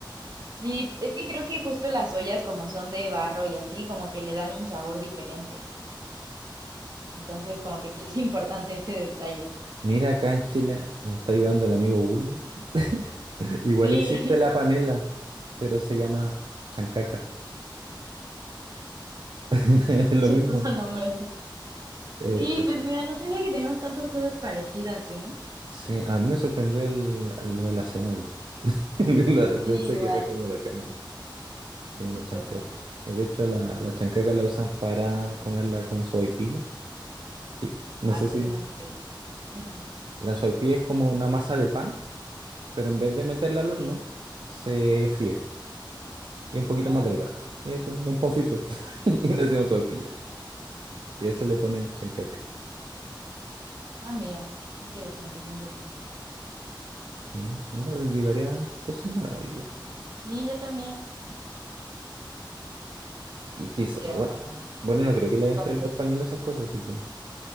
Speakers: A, on the right; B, on the right.
A: Sí, es que creo que justo las ollas como son de barro y así, como que le dan un sabor diferente. Entonces, como que sí es importante ese detalle.
B: Mira, acá en Chile, me está ayudando el amigo Google. <laughs> Igual
A: Sí,
B: existe la panela, pero se llama chancaca. <laughs>
A: <laughs>
B: Es lo
A: qué chistoso
B: mismo.
A: nombre.
B: Eh,
A: Sí, pues mira, no sabía que teníamos tantas cosas parecidas, ¿eh?
B: sí, a mí me sorprendió el- lo de la sémola. <laughs> La-
A: Sí,
B: Pensé
A: igual.
B: que era como de acá nomás. Sí,
A: Qué chistoso.
B: la chancaca. Eh, De hecho, la, la chancaca la usan para comerla con sopaipilla. Que, no
A: Ah,
B: sé
A: eso
B: si
A: sí no sé qué es. Mm, mm.
B: la sopaipilla es como una masa de pan, pero en vez de meterla
A: Ok.
B: al horno, se fríe y es un poquito
A: Ah,
B: más delgada. Y eso es un pan frito. <laughs> Y le decimos sopaipilla. Y a eso le ponen chancaca.
A: ah, mira. Qué interesante, qué interesante.
B: Sí, mira, aprendí varias cosas nuevas hoy día.
A: Sí, yo también.
B: Y quizá,
A: Pero
B: bueno,
A: bueno,
B: bueno, no creo que le
A: ¿qué
B: entre
A: pasó?
B: los españoles esas cosas, así que